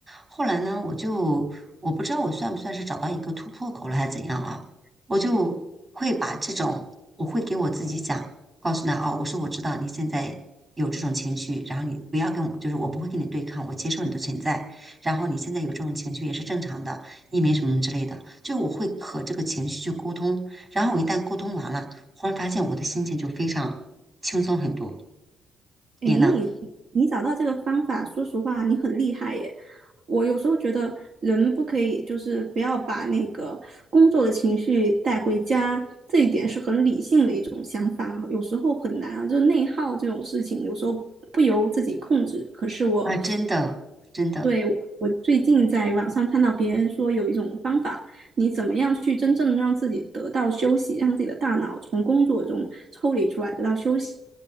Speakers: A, on the right; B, on the right.
A: 后来呢，我就我不知道我算不算是找到一个突破口了，还是怎样啊？我就会把这种，我会给我自己讲，告诉他哦，我说我知道你现在有这种情绪，然后你不要跟我，就是我不会跟你对抗，我接受你的存在，然后你现在有这种情绪也是正常的，你没什么之类的，就我会和这个情绪去沟通，然后我一旦沟通完了，忽然发现我的心情就非常轻松很多。
B: 哎，
A: 你呢？
B: 你你找到这个方法，说实话，你很厉害耶。我有时候觉得人不可以，就是不要把那个工作的情绪带回家，这一点是很理性的一种想法啊，有时候很难啊，就是内耗这种事情，有时候不由自己控制。可是我，
A: 啊，真的，真的，
B: 对，我最近在网上看到别人说有一种方法，你怎么样去真正的让自己得到休息，让自己的大脑从工作中抽离出来，得到休息，